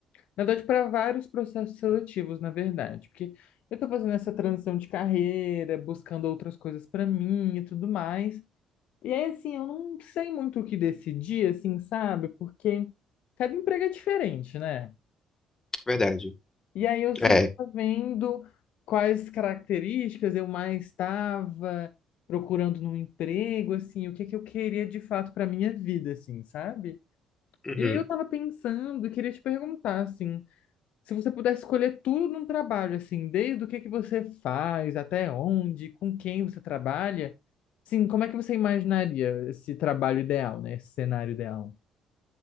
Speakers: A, on the left (about 70°); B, on the left (about 25°).
A: Na verdade, para vários processos seletivos, na verdade, porque eu tô fazendo essa transição de carreira, buscando outras coisas para mim e tudo mais. E aí, assim, eu não sei muito o que decidir, assim, sabe? Porque cada emprego é diferente, né?
B: Verdade.
A: E aí eu senti
B: É.
A: vendo quais características eu mais estava procurando num emprego, assim, o que que eu queria de fato para minha vida, assim, sabe?
B: Uhum.
A: E aí eu tava pensando e queria te perguntar, assim, se você pudesse escolher tudo num trabalho, assim, desde o que que você faz, até onde, com quem você trabalha, sim, como é que você imaginaria esse trabalho ideal, né? Esse cenário ideal?